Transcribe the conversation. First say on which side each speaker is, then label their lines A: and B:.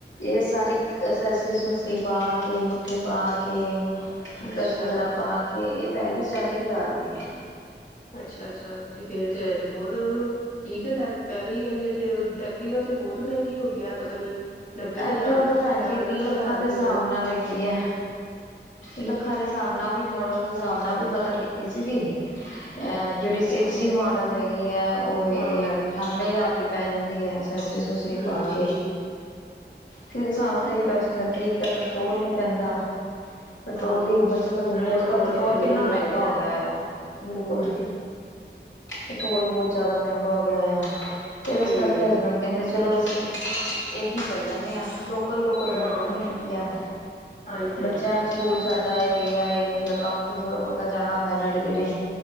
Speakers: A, on the left; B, on the left.
A: ਇਹ ਸਾਰੀ ਅਸੈਸਰੀ ਅਸੂਸਰੀ ਪਾ ਕੇ ਮੁੱਠੇ ਪਾ ਕੇ
B: ਅੱਛਾ
A: ਟਰੱਸਟ ਵਗੈਰਾ ਪਾ ਕੇ ਪੈ ਗਈ ਚਾਲੀ ਕੁ ਹਜ਼ਾਰ ਦੀ।
B: ਅੱਛਾ-ਅੱਛਾ ਤੇ ਫੇਰ ਤੇ ਬਹੁਤ ਠੀਕ ਲੈਗ ਪੈ ਗਈ ਨਈ ਤੇ ਐਕਟੀਵਾ ਤੇ ਬਹੁਤ ਮਹਿੰਗੀ ਹੋ ਗਈ ਐ ਪਤਾ ਨੀ, ਨੱਬੇ ਕੁ
A: ਐਕਟੀਵਾ
B: ਹਜ਼ਾਰ
A: ਤੇ
B: ਪਚਾਨਵੇਂ
A: ਭੈਣ ਜੀ ਲੱਖਾਂ
B: ਕੁ ਹਜ਼ਾਰ
A: ਦੇ
B: ਦੀ
A: ਹਿਸਾਬ
B: ਪਤਾ ਨੀ
A: ਨਾਲ ਹੈਗੀ ਹੈ, ਲੱਖਾਂ ਦੇ ਹਿਸਾਬ ਨਾਲ ਉਹ ਵੀ ਮੋਡਲ ਦੇ ਹਿਸਾਬ ਨਾਲ ਉਹ ਵੀ ਪਤਾ ਕੀਤੀ ਸੀ ਸੀ ਗੀ।
B: ਅੱਛਾ-ਅੱਛਾ
A: ਜਿਹੜੀ ਸਿਕਸ ਜੀ ਮੋਡਲ ਹੈਗੀ ਹੈ, ਉਹ ਹੈਗੀ
B: ਹਾਂ।
A: ਆ ਅਠਾਨਵੇਂ ਹਜ਼ਾਰ ਦੀ ਪੈ ਜਾਂਦੀ ਹੈ। ਬੇ ਸੂਸੀ
B: ਹੂੰ,
A: ਪਾ ਕੇ, ਫੇਰ ਸਾਨੂੰ ਤਾਂ ਬੈਸਟ ਲੱਗੀ ਇੱਕ ਤਾਂ ਪੈਟਰੋਲ ਨੀ ਪੈਂਦਾ। ਪੈਟਰੋਲ
B: ਹਾਂ
A: ਦੀ ਬੱਚਤ ਹੋ ਜਾਂਦੀ
B: ਨਾਲੇ
A: ਅੱਜਕੱਲ ਪੈਟਰੋਲ
B: ਵੀ ਤੇ
A: ਕਿੰਨਾ ਮਹਿੰਗਾ ਹੋ
B: ਹੈ।
A: ਗਿਆ ਆ ਬਿਲਕੁਲ,
B: ਹੋਰ ਕੀ
A: ਪੇਟੋਰਲ ਬਹੁਤ ਜਿਆਦਾ ਮਹਿੰਗਾ ਹੋ ਗਿਆ ਆ। ਫਿਰ
B: ਹੂੰ,
A: ਇਸ ਕਰਕੇ ਹਸਬੈਂਡ ਕਹਿੰਦੇ ਚਲੋ, ਇਹੀ ਲੈ ਲੈਂਨੇ ਆ। ਲੋਕਲ ਲੋਕਲ ਤਾਂ
B: ਹਾਂ।
A: ਵਰਤਣੀ ਹੁੰਦੀ ਹੈ,
B: ਹਾਂਜੀ,
A: ਬੱਚਿਆਂ
B: ਹਾਂਜੀ,
A: ਨੂੰ ਸਕੂਲ ਛੱਡਨਾ ਇਹ ਲੇ ਆਏ ਜਾਂ ਕੰਮ ਤੇ ਥੋੜ੍ਹਾ ਬਹੁਤਾ ਜਾਣਾ ਹੁੰਦਾ ਨੇੜੇ ਤੇੜੇ,